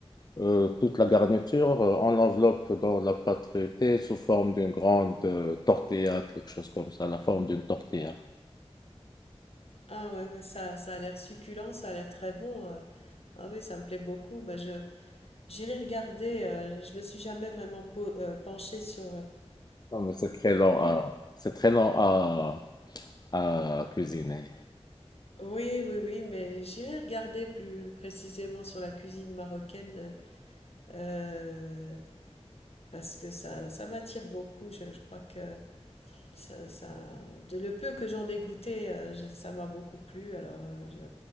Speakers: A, on the left (about 40°); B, on the left (about 65°).
A: euh, toute la garniture, euh, on l'enveloppe dans la pâte feuilletée sous forme d'une grande euh, tortilla, quelque chose comme ça, la forme d'une tortilla.
B: Ah ouais, bah ça, ça a l'air succulent, ça a l'air très bon. euh. Ah oui, ça me plaît beaucoup. Bah, je, j'irai regarder. euh, je me suis jamais vraiment po- euh, penchée sur. euh,
A: Non, mais c'est très lent
B: Plus-
A: à, c'est très lent à, à cuisiner.
B: Oui, oui, oui, mais j'irai regarder plus précisément sur la cuisine marocaine euh, parce que ça, ça m'attire beaucoup. Je, je crois que ça, ça, de le peu que j'en ai goûté, euh, je- ça m'a beaucoup plu. Alors, euh, je,